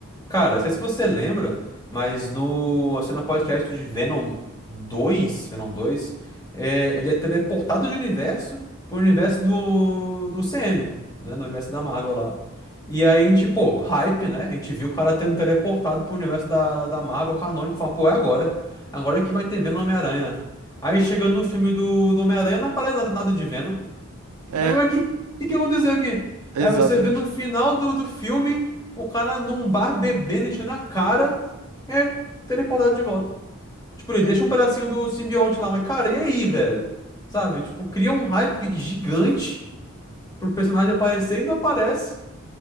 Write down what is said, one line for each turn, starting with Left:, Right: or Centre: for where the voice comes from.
Left: Cara, não sei se você lembra, mas no a cena pós-crédito de Venom dois, Venom 2, é, ele é teleportado de universo pro universo do, do CM, né? Do universo da Marvel lá. E aí a gente, pô, hype, né? A gente viu o cara tendo teleportado pro universo da, da Marvel canônico, fala, pô, é agora. Agora que vai ter Venom e Homem-Aranha. Aí chegando no filme do, do Homem-Aranha, não aparece nada, nada de Venom.
Right: É,
Left: Aí eu, ué, que, que que aconteceu aqui?
Right: exatamente.
Left: Aí você vê no final do, do filme o cara num bar bebendo, enchendo a cara, é teleportado de volta. Tipo, ele deixa
Right: É,
Left: um pedacinho do simbionte lá, mas cara, e aí, velho? Sabe? Tipo, cria um hype gigante pro personagem aparecer e não aparece.